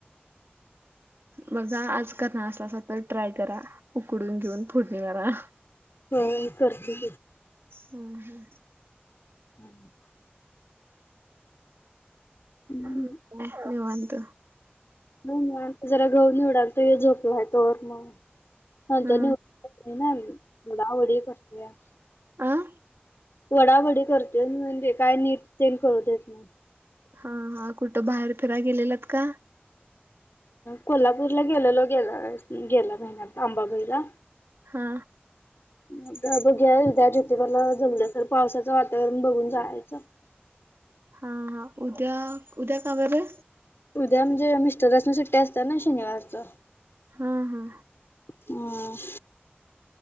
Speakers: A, on the right (about 75°); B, on the left (about 75°).
A: बघा आज क ना असला अस तर ट्राय करा उकडून घेऊन फोडणी मारा
B: हो करते
A: हो ह
B: हम्म हम्म
A: झाले की निवांत
B: नाही आता जरा गहू निवडाल तर हे झोपला आहे तो वर मग नंतर
A: हा
B: निवडू देत नाही ना मग पुढे पुढे करतो
A: अह
B: वडावडी करते म्हणजे काय नीट ते करळू देत नाही
A: हा हा कुठं बाहेर फिरायला गेलेलात का?
B: कोल्हापूरला गेलेलो. गेला गेला महिन्यात अंबाबाईला
A: हा
B: आता बघ्याद्या ज्योतिबारला जमल्या तर पावसाचं वातावरण बघून जायचं.
A: हा हा उद्या उद्या का वर
B: उद्या म्हणजे मिस्टरचन सुट्टी असतात. ना शनिवारचं
A: हा हा
B: हम